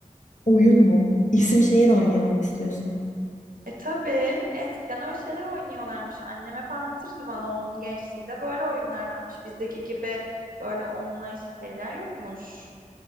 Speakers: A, on the left (about 60°); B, on the right (about 90°).
A: Oyun mu? İsim şehir oynayalım istiyorsan.
B: E tabii eskiden öyle şeyler oynuyorlarmış. Annem hep anlatırdı bana onun gençliğinde böyle oyunlar varmış. Bizdeki gibi böyle online şeyler yokmuş.